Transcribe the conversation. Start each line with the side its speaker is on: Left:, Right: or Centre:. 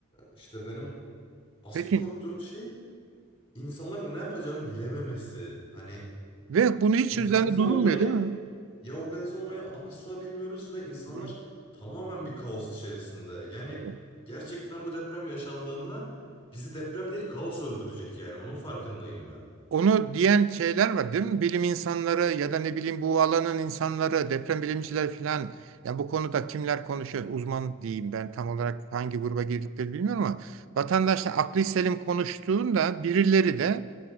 Left: işte benim asıl
Right: Peki
Left: korktuğum şey insanların ne yapacağını bilememesi. Hani
Right: Ve bunu hiç
Left: organize
Right: üzerinde durulmuyor
Left: olmayı
Right: değil mi?
Left: ya organize olmayı asla bilmiyoruz ve insanlar
Right: Hı.
Left: tamamen bir kaos içerisinde. Yani
Right: Evet.
Left: gerçekten bu deprem yaşandığında bizi deprem değil kaos öldürecek yani. Onun farkındayım ben.
Right: Onu diyen şeyler var değil mi? Bilim insanları ya da ne bileyim bu alanın insanları, deprem bilimciler falan. Yani bu konuda kimler konuşuyor? Uzman diyeyim ben tam olarak hangi gruba girdikleri bilmiyorum ama vatandaşla akli selim konuştuğunda birileri de